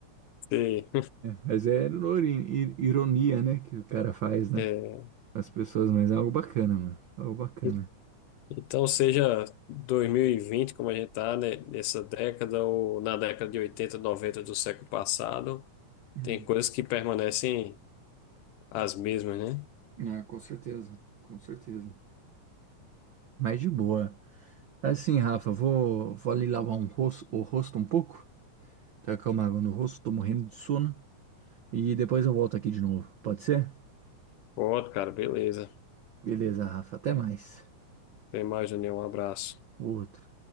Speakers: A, on the left; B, on the right.
A: Sim.
B: Mas é ironi- ir- ironia, né, que o cara faz, né?
A: É,
B: As pessoas, mas é algo bacana, mano. Algo bacana.
A: e- então, seja 2020, como a gente está nessa década, ou na década de 80, 90 do século passado,
B: Hum.
A: tem coisas que permanecem as mesmas, né?
B: É, com certeza, com certeza. Mas de boa. Assim, Rafa, vou, vou ali lavar um rosto, o rosto um pouco. Tacar uma água no rosto, tô morrendo de sono. E depois eu volto aqui de novo. Pode ser?
A: Pode, cara, beleza.
B: Beleza, Rafa, até mais.
A: Até mais, Daniel. Um abraço.
B: Outro.